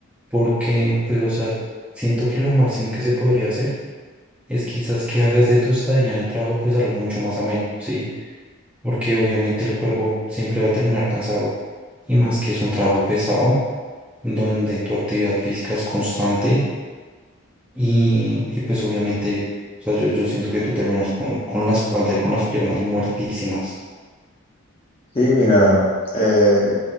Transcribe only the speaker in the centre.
porque, pues, o sea, siento que lo máximo que se podría hacer es quizás que hagas de tu estadía en el trabajo, pues, algo mucho más ameno, ¿sí? Porque obviamente el cuerpo siempre va a terminar cansado, y más que es un trabajo pesado, donde tu actividad física es constante, y, y, pues, obviamente, o sea, yo, yo siento que tú terminas con, con la espalda y con las piernas muertísimas.